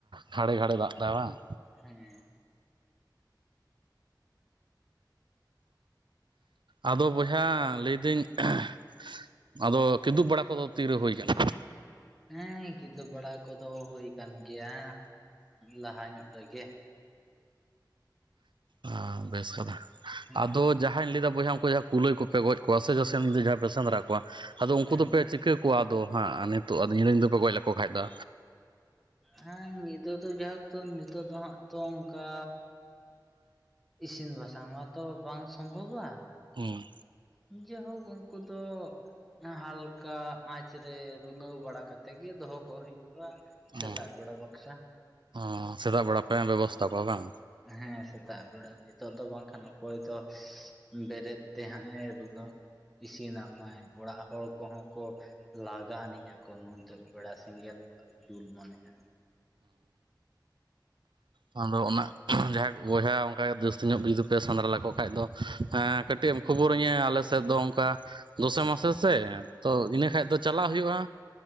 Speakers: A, on the right; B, in the centre.
A: ᱜᱷᱟᱲᱮ, ᱜᱷᱟᱲᱮ ᱫᱟᱜ ᱫᱟᱭ ᱵᱟᱝ?
B: ᱦᱮᱸ᱾
A: ᱟᱫᱚ ᱵᱚᱭᱦᱟ ᱞᱟᱹᱭᱫᱟᱹᱧ <unintelligible> ᱟᱫᱚ ᱠᱤᱫᱩᱵ ᱵᱟᱲᱟ ᱠᱚᱫᱚ ᱛᱤᱨᱮ ᱦᱳᱭ ᱟᱠᱟᱱᱟ?
B: ᱦᱮᱸ ᱠᱤᱫᱩᱵ ᱵᱟᱲᱟ ᱠᱚᱫᱚ ᱦᱩᱭ ᱟᱠᱟᱱ ᱜᱮᱭᱟ ᱞᱟᱦᱟ ᱧᱚᱜ ᱨᱮᱜᱮ᱾
A: ᱦᱟᱸ ᱵᱮᱥ ᱠᱟᱛᱷᱟ
B: ᱦᱮᱸ
A: ᱟᱫᱚ ᱡᱟᱦᱟᱧ ᱞᱟᱹᱭᱫᱟ ᱵᱚᱭᱦᱟ ᱩᱱᱠᱩ ᱡᱟᱸᱦᱟ ᱠᱩᱞᱟᱹᱭ ᱠᱚ ᱯᱮ ᱜᱚᱡ ᱠᱚᱣᱟ ᱥᱮ ᱥᱮᱸᱫ ᱡᱟᱦᱟᱸᱭ ᱯᱮ ᱥᱮᱸᱫᱽᱨᱟ ᱠᱚᱣᱟ ᱟᱫᱚ ᱩᱱᱠᱩ
B: ᱦᱮᱸ
A: ᱫᱚᱯᱮ ᱪᱤᱠᱟᱹ ᱠᱚᱣᱟ ᱟᱫᱚ ᱦᱟᱸᱜ ᱱᱤᱛᱚᱜ ᱟᱫᱚ ᱧᱤᱫᱟᱹ ᱧᱤᱫᱟᱹ ᱯᱮ ᱜᱚᱡ ᱞᱮᱠᱚ ᱠᱷᱟᱡ ᱫᱚ
B: ᱦᱮᱸ ᱧᱤᱫᱟᱹ ᱫᱚ ᱡᱟᱭᱦᱳᱠ ᱛᱚ ᱱᱤᱛᱚᱜ ᱫᱚ ᱦᱟᱸᱜ ᱛᱚ ᱚᱱᱠᱟ ᱤᱥᱤᱱ ᱵᱟᱥᱟᱝ ᱢᱟᱛᱚ ᱵᱟᱝ ᱥᱚᱢᱵᱷᱚᱵᱚᱜᱼᱟ᱾
A: ᱦᱩᱸ
B: ᱡᱟᱣᱦᱳᱠ ᱩᱱᱠᱩ ᱫᱚ ᱦᱟᱞᱠᱟ ᱟᱸᱪ ᱨᱮ ᱵᱤᱱᱟᱹᱣ ᱵᱟᱲᱟ ᱠᱟᱛᱮᱜ ᱜᱮ ᱫᱚᱦᱚ ᱠᱚ ᱦᱩᱭᱩᱜᱼᱟ᱾ ᱥᱮᱛᱟᱜ
A: ᱚ
B: ᱵᱮᱲᱟ ᱵᱟᱠᱷᱨᱟ
A: ᱚ ᱥᱮᱛᱟᱜ ᱵᱮᱲᱟ ᱯᱮ ᱵᱮᱵᱚᱥᱛᱟ ᱠᱚᱣᱟ ᱵᱟᱝ
B: ᱦᱮᱸ ᱥᱮᱛᱟᱜ ᱵᱮᱲᱟ ᱱᱤᱛᱚᱜ ᱫᱚ ᱵᱟᱝᱠᱷᱟᱱ ᱚᱠᱚᱭ ᱫᱚ ᱵᱮᱨᱮᱫ ᱛᱮᱦᱟᱸᱜ ᱮ <unintelligible> ᱤᱥᱤᱱᱟᱢᱟᱭ ᱚᱲᱟᱜ ᱦᱚᱲ ᱠᱚᱦᱚᱸ ᱠᱚ ᱞᱟᱜᱟᱜ ᱟᱹᱱᱤᱡ ᱟᱠᱚ ᱱᱚᱱᱛᱮ ᱵᱮᱲᱟ ᱥᱮᱸᱜᱮᱞ ᱫᱩᱞ ᱢᱟᱱᱮ ᱜᱮ᱾
A: ᱦᱟᱸ ᱟᱫᱚ ᱚᱱᱟ ᱡᱟᱦᱟᱸᱭ ᱠᱚ ᱵᱚᱭᱦᱟ ᱚᱱᱠᱟᱜᱮ ᱡᱟᱹᱥᱛᱤ ᱧᱚᱜ ᱡᱩᱫᱤ ᱯᱮ ᱥᱮᱸᱫᱽᱨᱟ ᱞᱮᱠᱚ ᱠᱷᱟᱡ ᱫᱚ ᱠᱟᱹᱴᱤᱡ ᱮᱢ ᱠᱷᱚᱵᱚᱨᱟᱹᱧᱟᱹ ᱟᱞᱮᱥᱮᱫ ᱫᱚ ᱚᱱᱠᱟ ᱫᱚᱥᱮ ᱢᱟᱥᱮ ᱛᱚ ᱤᱱᱟᱹ ᱠᱷᱟᱡ ᱫᱚ ᱪᱟᱞᱟᱜ ᱦᱩᱭᱩᱜᱼᱟ᱾